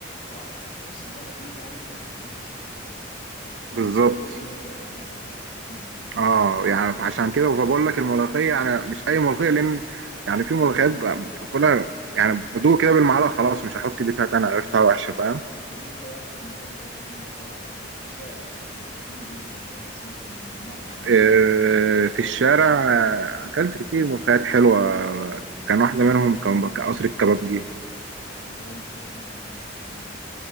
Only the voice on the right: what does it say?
بالظبط
اه يعني عشان كده فبقول لك الملوخيه يعني مش اي ملوخيه لان يعني في ملوخيات ب- باكلها يعني بدوق كده بالمعلقه خلاص مش هحط دي فيها تاني عرفتها وحشه فاهم
آه، في الشارع آه، اكلت كتير ملوخيات حلوه كان واحده منهم كان بك- قصر الكبابجي